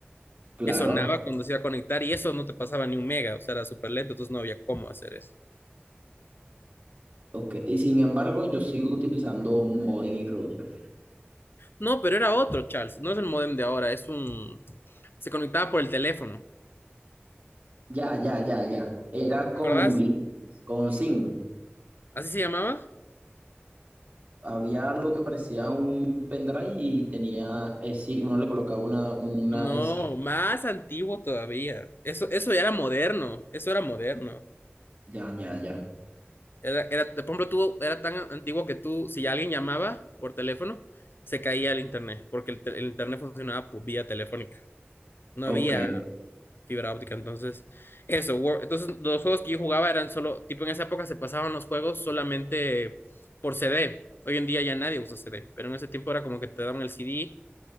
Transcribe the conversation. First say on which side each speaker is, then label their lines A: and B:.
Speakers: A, on the right; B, on the left.
A: claro,
B: que sonaba
A: ajá.
B: cuando se iba a conectar y eso no te pasaba ni un mega, o sea, era súper lento, entonces no había cómo hacer eso.
A: Ok, y sin embargo, yo sigo utilizando modem y router.
B: No, pero era otro, Charles, no es el módem de ahora, es un... Se conectaba por el teléfono,
A: Ya, ya, ya, ya. Era
B: ¿te
A: con,
B: acordás?
A: con SIM.
B: ¿Así se llamaba?
A: Había algo que parecía un pendrive y tenía eh, sí Uno le colocaba una, una
B: No,
A: eh, sí
B: más antiguo todavía. Eso, eso ya era moderno, eso era moderno.
A: Ya, ya, ya.
B: Era, era, por ejemplo, tú, era tan antiguo que tú, si alguien llamaba por teléfono, se caía el internet, porque el, te- el internet funcionaba por vía telefónica. No
A: Ok,
B: había fibra óptica, entonces eso. War- entonces los juegos que yo jugaba eran solo, tipo en esa época se pasaban los juegos solamente por c d Hoy en día ya nadie usa c d pero en ese tiempo era como que te daban el c d